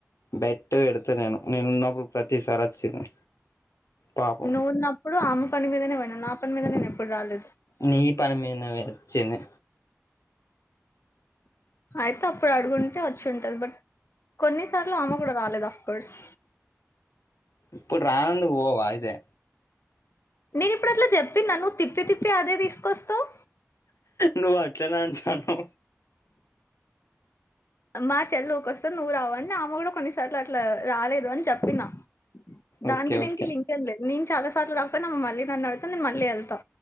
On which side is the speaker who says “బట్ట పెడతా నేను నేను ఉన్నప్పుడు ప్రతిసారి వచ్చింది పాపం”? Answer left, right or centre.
Left